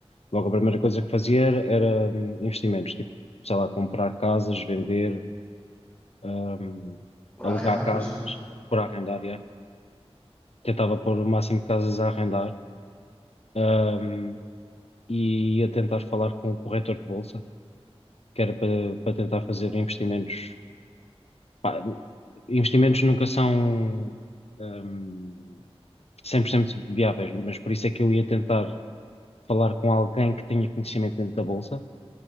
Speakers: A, on the left; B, on the left.
A: Logo, a primeira coisa que fazia era, era, hum, investimentos, tipo, sei lá, comprar casas, vender, hum,
B: Por
A: alugar
B: arrendar,
A: casas
B: por exemplo?
A: por arrendar, yeah. Tentava pôr o máximo de casas a arrendar, hum, e ia tentar falar com o corretor de bolsa, que era para, para tentar fazer investimentos Pá, investimentos nunca são, hum, 100% viáveis, mas por isso é que eu ia tentar falar com alguém que tenha conhecimento dentro da bolsa,